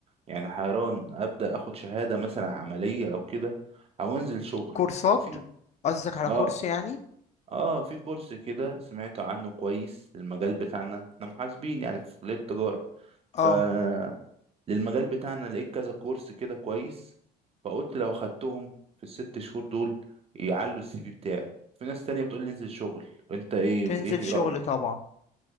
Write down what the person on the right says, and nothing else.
يعني حيران ابدا اخد شهاده مثلا عمليه او كده او انزل شغل
وفي
اه
اه في كورس كده سمعت عنه كويس للمجال بتاعنا احنا محاسبين يعني في كليه التجاره فللمجال
بتاعنا لقيت كذا كورس كده كويس فقلت لو خدتهم في الست شهور دول يعلوا السي في بتاعي في ناس تانية بتقول لي انزل شغل انت ايه
ايه ايه
رأيك